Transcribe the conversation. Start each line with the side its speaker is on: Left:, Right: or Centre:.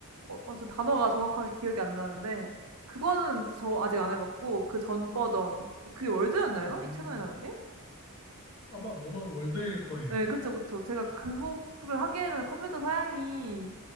Right: 어, 어, 저 단어가 정확하게 기억이 안 나는데 그거는 저 아직 안 해봤고 그 전 버전 뭐 그게 월드였나요?
Left: 음,
Right: 이 채널에 나온 게?
Left: 아마 모넌 월드일 거예요.
Right: 네, 그쵸, 그쵸. 제가 그거를 하기에는 컴퓨터 사양이